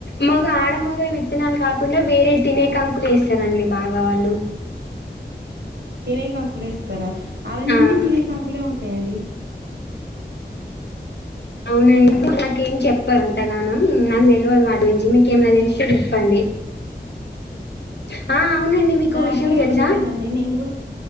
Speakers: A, on the left; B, on the right.
A: మాగ ఆడమగ విత్తనాలు కాకుండా వేరే తినే కాంకులు వేస్తారండి బాగా వాళ్ళు
B: తినే కంకులేస్తర అవెన్నీ
A: ఆ
B: తినే కంకులే ఉం టయండి
A: అవునండి నాకేం చెప్పరు అంత గానం నాకు తెలవదు వాటి గురించి మీకేమ తెలు క చెప్పండి ఆ అవునండి. మీకో
B: నాకు
A: విషయం
B: కూడా ఎక్కువ
A: తెలుసా?
B: తెలిదండి నేను కూడా